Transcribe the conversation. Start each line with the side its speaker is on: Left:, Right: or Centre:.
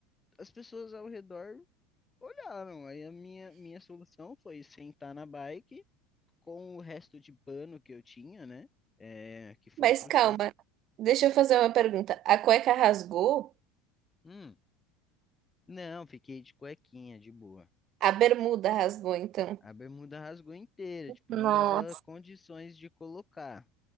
Left: as pessoas ao redor Olharam, aí a minha, minha solução foi sentar na bike com o resto de pano que eu tinha, né? É, que foi
Right: Mas
Left: pro
Right: calma,
Left: chão.
Right: deixa eu fazer uma pergunta. A cueca rasgou?
Left: Hum, não, fiquei de cuequinha, de boa.
Right: A bermuda rasgou, então.
Left: A bermuda rasgou inteira, tipo,
Right: Nossa.
Left: não dava condições de colocar.